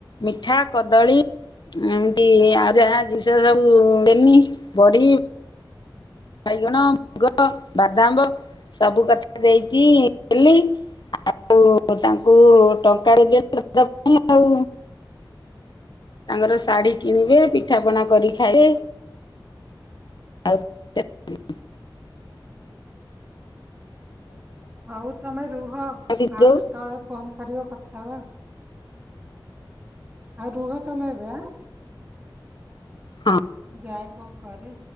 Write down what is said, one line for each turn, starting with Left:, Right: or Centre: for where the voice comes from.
Left: ମିଠା, କଦଳୀ ଏମିତି ଆଉ ଯାହା ଜିନଷ ସବୁ ଦେନି ବଡ଼ି ବାଇଗଣ, ମୁଗ, ବାଦାମ୍ବ ସବୁ କଥା ଦେଇଚି ଦେଲି। ଆଉ ତାଙ୍କୁ ଟଙ୍କା <unintelligible> ଆଉ। ତାଙ୍କର ଶାଢ଼ୀ କିଣିବେ ପିଠା ପଣା କରି ଖାଇବେ। ଆଉ <unintelligible>
Right: ହଉ ତମେ ରୁହ ଆଉ
Left: ଯୋଉ ହଁ
Right: କେତେବେଳେ ଫୋନ କରିବ କଥା ହେବା। ଆଉ ରୁହ ତମେ ଏବେ ଆଁ?
Left: ହଁ।
Right: ମୁଁ ଯାଏ କଣ କରେ।